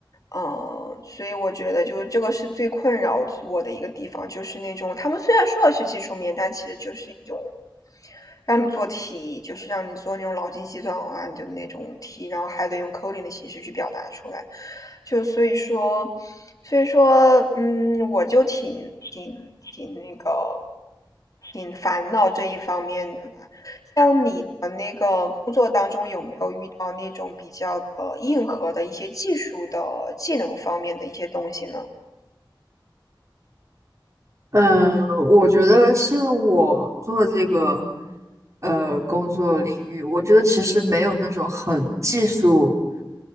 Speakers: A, on the left; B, on the right.
A: 嗯，所以我觉得就是这个是最困扰我的一个地方，就是那种他们虽然说的是技术面，但其实就是一种让你做题，就是让你做那种脑筋急转弯的那种题，然后还得用 coding 的形式去表达出来。就所以说，所以说，嗯，我就挺挺挺那个，挺烦恼这一方面的吧。像你的那个工作当中，有没有遇到那种比较的硬核的一些技术的技能方面的一些东西呢？
B: 嗯，我觉得像我做这个呃工作领域，我觉得其实没有那种很技术